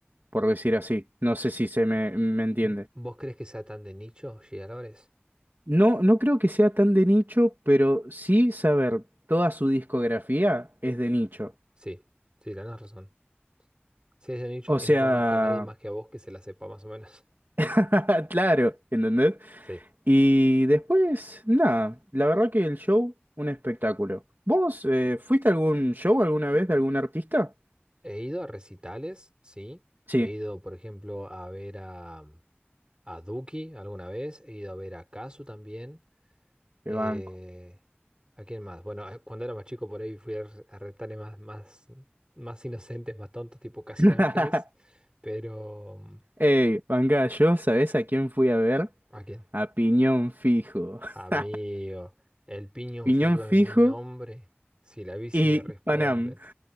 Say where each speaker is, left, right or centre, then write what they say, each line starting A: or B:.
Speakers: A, on the right; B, on the right.
A: por decir así. No sé si se me, me entiende.
B: M- ¿Vos crees que sea tan de nicho, Jay Álvarez?
A: No, no creo que sea tan de nicho, pero sí saber toda su discografía es de nicho.
B: Sí, sí, tenés razón. Sí, es de nicho
A: O
B: y
A: sea,
B: no conozco a nadie más que a vos que se la sepa más o menos. <laughs>
A: <laughs> claro, ¿entendés?
B: Sí.
A: Y después, nada, la verdad que el show, un espectáculo. ¿Vos eh, fuiste a algún show alguna vez de algún artista?
B: He ido a recitales, sí.
A: Sí,
B: He ido, por ejemplo, a ver a, mm, a Duki alguna vez. He ido a ver a Kazu también.
A: qué
B: Eh,
A: banco.
B: ¿a quién más? Bueno, eh, cuando era más chico por ahí fui a, re- a recitales más, más, más inocentes, más tontos, tipo Casi
A: <laughs>
B: Ángeles. Pero, mm,
A: Ey, manga, yo, ¿sabés a quién fui a ver?
B: ¿a quién?
A: A Piñón Fijo.
B: Amigo,
A: <laughs>
B: el piñón
A: Piñón
B: fijo en
A: Fijo
B: mi nombre. Si la bici
A: y
B: me responde.
A: Panam.